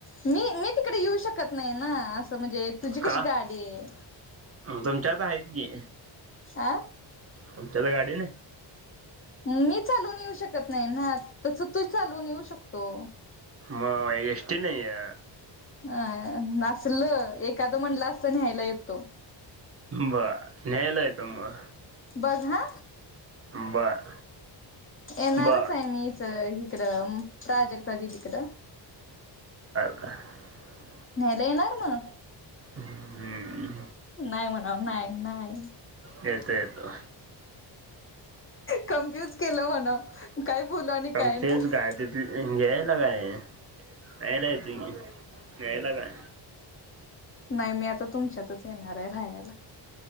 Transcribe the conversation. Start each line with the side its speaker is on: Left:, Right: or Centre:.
Left: मी मी तिकडे येऊ शकत नाही ना, असं म्हणजे तुझी कशी
Right: का
Left: गाडी आहे.
Right: तुमच्यात आहेत की,
Left: आ
Right: तुमच्यात गाडी नाही,
Left: मी चालून येऊ शकत नाही ना, तस तू चालून येऊ शकतो.
Right: मग एसटीने ए,
Left: अ असल एखादं म्हटलं, असत न्यायला येतो.
Right: बर न्यायला येतो मग,
Left: बघ ह!
Right: बर
Left: येणारच
Right: बर
Left: आहे मी, मीच हिकडं प्राजक्ता दीदी कड,
Right: <unintelligible>
Left: न्यायला येणार मग?
Right: हम्म
Left: नाही म्हणाव नाय नाय,
Right: येतो, येतो,
Left: कन्फ्युज केलं म्हणा, काय बोल आणि काय
Right: आमचेच
Left: नाही,
Right: काय तिथ घ्यायला काय न्यायला येतो, की न्यायला काय,
Left: नाही मी आता तुमच्यातच येणार आहे राहायला,